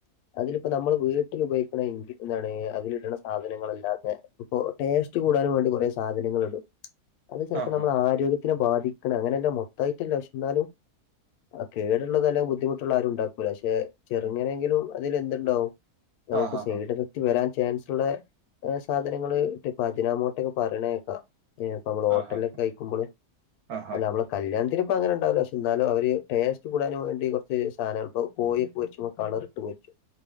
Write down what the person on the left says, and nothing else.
അതിലിപ്പോ നമ്മള് വീട്ടിലുപയോഗിക്കണ ഇൻഗ്രീ എന്താണ് അതിലിടണ സാധനങ്ങളല്ലാതെ ഇപ്പൊ ടേസ്റ്റ് കൂടാനും വേണ്ടി കൊറേ സാധനങ്ങള്ടും അത് ചെലപ്പോം
നമ്മളാരോഗ്യത്തിനെ ബാധിക്ക്ണങ്ങനെല്ലാമാ അതേറ്റല്ല പക്ഷെ ന്നാലും കേടുള്ളതെല്ലാ ബുദ്ധിമുട്ടുള്ളാരുണ്ടാ പക്ഷെ ചെറുങ്ങനെങ്കിലും അതിലെന്തുണ്ടാവും നമുക്ക്
സൈഡെഫെ റ്റ് വരാൻ ചാൻസുള്ളെ സാധനങ്ങള്ട്ട് ഇപ്പ അജിനാമോട്ടെക്കെ പറയ്ണേക്ക ഏഹ് അപ്പൊ നമ്മള് ഹോട്ടല്ലൊക്കെ
കഴിക്കുമ്പള്
അല്ല നമ്മളെ കല്യാത്തിന് ഇപ്പങ്ങനെ ഉണ്ടാവുല പക്ഷേ എന്നാലും അവര് ടേസ്റ്റ് കൂടാനും വേണ്ടി കൊറച്ച് സാനങ്ങള് പ്പോ കോയി പോയിരിച്ചുമൊ കളർ ട് പോയിട്ട്